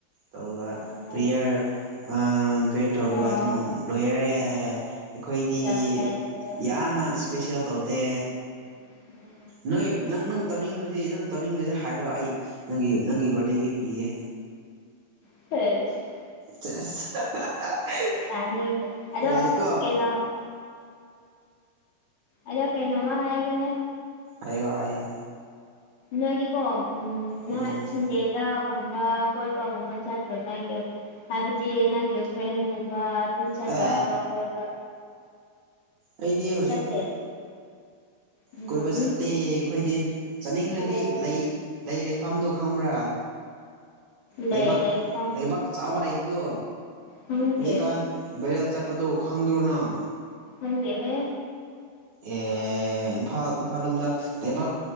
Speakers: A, on the right; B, on the left.
A: ꯇꯧꯔꯒ
B: ꯎꯝ
A: ꯄꯦꯌꯔ ꯑꯥ ꯄ꯭ꯔꯦꯌꯔ ꯇꯧꯔꯒ
B: ꯑꯣ ꯑꯣ
A: ꯑꯗꯨꯝ ꯂꯣꯏꯔꯦ ꯑꯩꯈꯣꯏꯗꯤ
B: ꯌꯥꯝ ꯐꯩꯅꯦ
A: ꯌꯥꯝꯅ ꯏꯁꯄꯦꯁꯦꯜ ꯇꯧꯗꯦ
B: <inaudible>
A: ꯅꯣꯏ ꯅꯪ ꯅꯪ ꯇꯧꯅꯤꯡꯉꯗꯤ ꯅꯪ ꯇꯧꯅꯤꯡꯉꯗꯤ ꯍꯥꯏꯔꯣ ꯑꯩ ꯅꯪꯒꯤ ꯅꯪꯒꯤ ꯕꯥꯔꯗꯦ ꯒꯤꯐ ꯄꯤꯒꯦ
B: <unintelligible>
A: ꯆꯦꯁ <unintelligible>
B: ꯇꯥꯅꯤꯡꯇꯦ ꯑꯗꯣ
A: ꯌꯥꯏꯀꯣ
B: ꯀꯩꯅꯣ ꯑꯗꯣ ꯀꯩꯅꯣꯃ ꯍꯥꯏꯒꯦꯅꯦ
A: ꯍꯥꯏꯌꯣ ꯍꯥꯏꯌꯣ
B: ꯅꯣꯏꯗꯤꯀꯣ ꯎꯝ
A: ꯎꯝ
B: ꯅꯥ ꯁꯟꯗꯦꯗꯒꯨꯝꯕ ꯀꯣꯏꯕꯒꯨꯝꯕ ꯆꯠꯇ꯭ꯔꯣ ꯅꯪꯗꯤ ꯍꯥꯏꯕꯗꯤ ꯅꯪꯒꯤ ꯐ꯭ꯔꯦꯟꯒꯨꯝꯕ ꯑꯗꯨꯝ ꯆꯠꯇ꯭ꯔꯣ
A: ꯑ
B: ꯍꯥꯏꯕ ꯀꯣꯏꯕ
A: ꯑꯩꯗꯤ ꯍꯧꯖꯤꯛ
B: ꯆꯠꯇꯦ ꯎꯝ
A: ꯀꯣꯏꯕ ꯆꯠꯇꯦ ꯑꯩꯈꯣꯏꯗꯤ ꯆꯠꯅꯤꯡꯉꯔꯥꯗꯤ
B: ꯑꯣ
A: ꯂꯩ ꯂꯩ ꯂꯩꯐꯝꯗꯨ ꯈꯪꯕ꯭ꯔꯥ
B: ꯂꯩ
A: ꯂꯩꯕꯥꯛ
B: ꯂꯩꯐꯝ
A: ꯂꯩꯕꯥꯛ ꯆꯥꯎꯕ ꯂꯩꯕꯗꯣ
B: ꯈꯪꯗꯦ
A: ꯍꯧꯖꯤꯛꯀꯥꯟ ꯕꯦꯔꯦꯜ ꯆꯠꯄꯗꯣ ꯈꯪꯗ꯭ꯔꯣꯅꯪ
B: ꯈꯪꯗꯦꯍꯦ
A: ꯑꯦ ꯏꯝꯐꯥꯜ ꯏꯝꯐꯥꯜ ꯂꯣꯝꯗ ꯂꯩꯕꯥꯛ